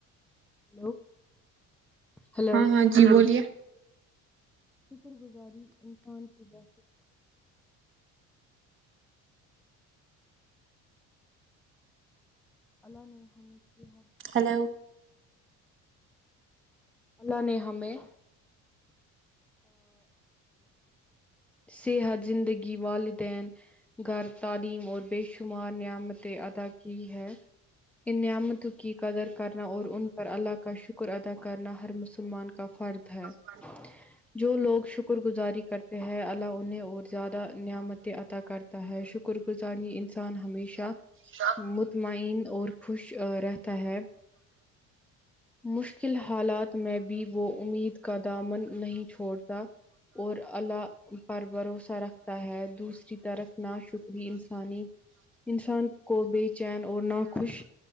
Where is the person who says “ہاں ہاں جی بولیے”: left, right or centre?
Right